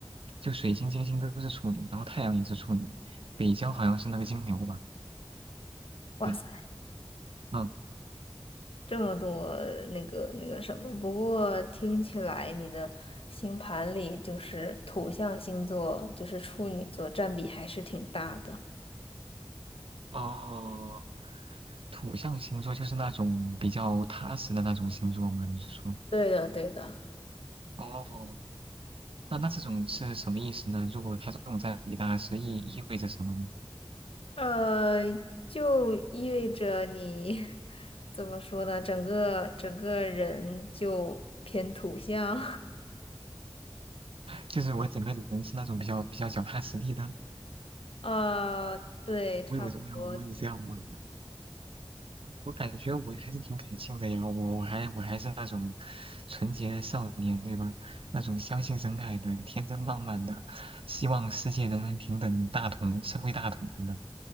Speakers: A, on the right; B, on the left.
A: 就水星、金星都是处女，然后太阳也是处女，北交好像是那个金牛吧？
B: 哇塞。
A: 对，嗯，
B: 这么多那个那个什么，不过听起来你的星盘里就是土象星座，就是处女座占比还是挺大的。
A: 哦，土象星座就是那种比较踏实的那种星座吗？你是说？
B: 对的，对的，
A: 哦，那那这种是什么意思呢？如果他这种在比大，是意意味着什么呢？
B: 呃，就意味着你 <laughs> 怎么说呢？整个整个人就偏土象，
A: 就是我整个人是那种比较比较脚踏实地的。
B: <laughs> 啊、对，差不多。
A: 我有我有我有这样吗？我感觉我还是挺感性的呀，我我还我还是那种纯洁少年，对吧？那种相信真爱的、天真浪漫的，希望世界人人平等、大同社会大同的。